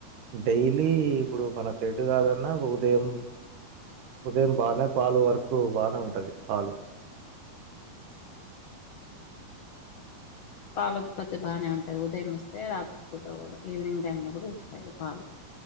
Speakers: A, on the right; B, on the left.
A: డైలీ ఇప్పుడు మనకు ఎటు కాదన్నా ఉదయం ఉదయం బానే పాలు వరకు బానే ఉంటది పాలు
B: పాల ఉత్పత్తి బాగానే ఉంటది ఉదయం ఇస్తే రాత్రి పూట కూడా ఈవినింగ్ టైమ్ లో కూడా ఇస్త పాలు